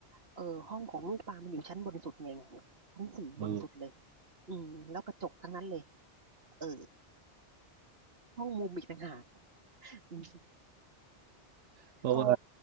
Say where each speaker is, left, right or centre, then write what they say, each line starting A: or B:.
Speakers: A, on the right; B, on the right.
A: เออห้องของลูกปลามันอยู่ชั้นบนสุดไงชั้นสี่บนสุดเลย
B: เออ
A: อืมแล้วกระจกทั้งนั้นเลยเออห้องมุมอีกต่างหากอืม
B: เพราะว่า
A: ก็